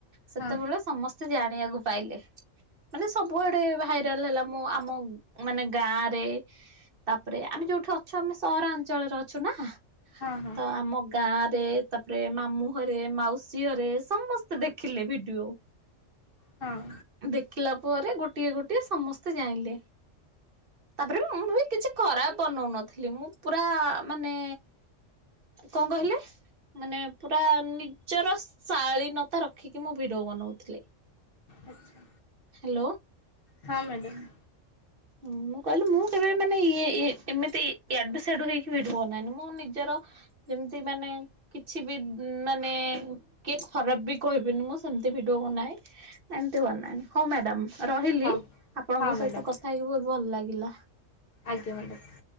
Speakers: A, on the right; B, on the left.
A: ସେତେବେଳେ
B: ହଁ
A: ସମସ୍ତେ ସେ ଜାଣିବାକୁ ପାଇଲେ ମାନେ ସବୁଆଡେ ଭାଇରାଲ ହେଲା ମୁଁ ଆମ ମାନେ ଗାଁରେ ତାପରେ ଆମେ ଯୋଉଠି ଅଛୁ ଆମେ ସହରାଞ୍ଚଳରେ ଅଛୁ ନା
B: ହଁ ହଁ
A: ତ ଆମ ଗାଁ ରେ ତାପରେ ମାମୁଁରେ ମାଉସୀ ଘରେ ସମସ୍ତେ ଦେଖିଲେ ଭିଡିଓ।
B: ହଁ
A: ଦେଖିଲା ପରେ ଗୋଟିଏ ଗୋଟିଏ ସମସ୍ତେ ଜାଇଲେ। ତାପରେ ମୁଁ ବି କିଛି ଖରାପ୍ ବନୋଉନଥିଲି ମୁଁ ପୁରା ମାନେ କଣ କହିଲେ? ମାନେ ପୁରା ନିଜର ଶାଳୀନତା ରଖିକି ମୁଁ ଭିଡିଓ ବନୋଉଥିଲି।
B: ଆଚ୍ଛା।
A: ହାଲୋ।
B: ହଁ ମ୍ୟାଡ଼ମ୍।
A: ହୁଁ ମୁଁ କହିଲି ମୁଁ କେବେ ମାନେ ଇଏ ଇଏ ଏମିତି ଆଡୁ ସିଆଡୁ ହେଇକି ଭିଡିଓ ବନାଏନି ମୁଁ ନିଜର ଯେମିତି ମାନେ କିଛି ବି ମାନେ କିଏ ଖରାପ୍ ବି କହିବେନି ମୁଁ ସେମିତି ଭିଡିଓ ବାନଏ। ଏମିତି ବନାଅ ହଉ ମ୍ୟାଡାମ୍ ରହିଲି
B: ହଉ
A: ଆପଣଙ୍କ
B: ହଁ ମ୍ୟାଡ଼ାମ
A: ସହିତ କଥା ହେଇକି ବହୁତ୍ ଭଲ ଲାଗିଲା।
B: ଆଜ୍ଞା ମ୍ୟାଡ଼ମ୍।